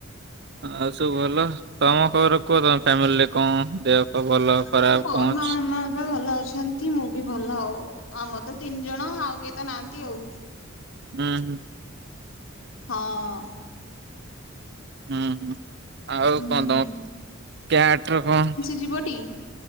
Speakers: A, on the right; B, on the left.
A: ଆଉ ସବୁ ଭଲ। ତମ ଖବର କୁହ। ତମ ଫ୍ୟାମିଲିରେ କଣ ଦେହ ପା ଭଲ ଖରାପ
B: ହଁ ବ
A: କଣ ଅଛି?
B: ମାମା ତ ଭଲ ଅଛନ୍ତି। କି ମୁଁ ବି ଭଲ ଆଉ। ଆମର ତ ତିନି ଜଣ ଆଉ କିଏ ତ ନାହାନ୍ତି ଆଉ।
A: ହୁଁ ହୁଁ।
B: ହଁ।
A: ହୁଁ ହୁଁ ଆଉ
B: ହୁଁ
A: କଣ ତମ କ୍ୟାଟ୍ ର କଣ
B: ଯିବ ଟି।